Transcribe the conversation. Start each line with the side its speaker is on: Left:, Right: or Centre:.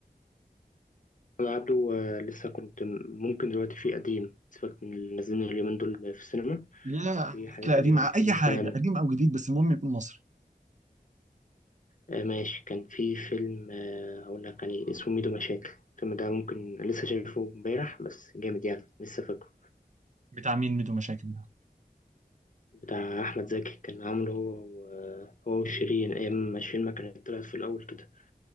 Left: أنا عبده آه، لسه كنت م- ممكن دلوقتي في قديم سيبك من اللي نازلين اليومين دول في السينما
Right: لا
Left: في حاجات
Right: لا
Left: قديمة
Right: قديم ع-
Left: في
Right: اي
Left: مثلا
Right: حاجه قديم او جديد بس المهم يكون مصري
Left: آه، ماشي كان في فيلم آه، هقول لك يعني اسمه ميدو مشاكل الفيلم ده ممكن لسه شايفه امبارح بس جامد يعني لسه فاكره
Right: بتاع مين ميدو مشاكل ده
Left: بتاع أحمد زكي كان عامله هو و- هو وشيرين أيام ما شيرين ما كانت طلعت في الأول كده